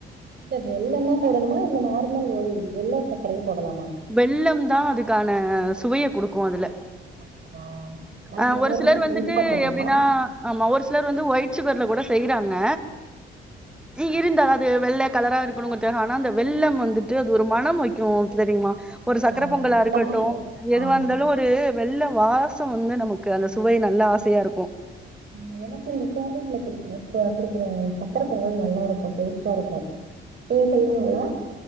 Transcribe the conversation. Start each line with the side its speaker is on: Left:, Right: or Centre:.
Right: இல்ல வெல்லந்தா போடணுமா இல்ல நார்மல் ஒய் வெள்ள சக்கரையே போடலாமா
Centre: வெல்லம் தா அதுக்கான சுவைய குடுக்கு அதுல
Right: அப்டியா
Centre: ஆ
Right: இதுவரையு
Centre: ஒரு சிலர்
Right: நா
Centre: வந்துட்டு
Right: செஞ்சு பாத்ததில்ல
Centre: எப்டின்னா ஆமா ஒரு
Right: ஆ
Centre: சிலர் வந்து ஒயிட் சுகர்ல கூட செய்றாங்க ஜீ இருந்தாதா அது வெள்ள கலரா இருக்கணுங்கறதுக்காகா ஆனா அந்த வெள்ளம் வந்துட்டு அது ஒரு மனம் வைக்கு தெரியுமா ஒரு
Right: ஆமா
Centre: சக்கர
Right: ஆமா
Centre: பொங்கலா
Right: வெல்லமே
Centre: இருக்கட்டு எதுவா
Right: ஆ
Centre: இந்தாலு ஒரு வெள்ள வாசோ வந்து நமக்கு அந்த சுவை நல்லா ஆசையா இருக்கு
Right: ம் எனக்கு இந்த கோவில்ல குடிக்குற ஆ குடுக்குற சக்கர பொங்கல் நல்லாருக்கு டேஸ்ட்டாருக்கு செய்வீங்களா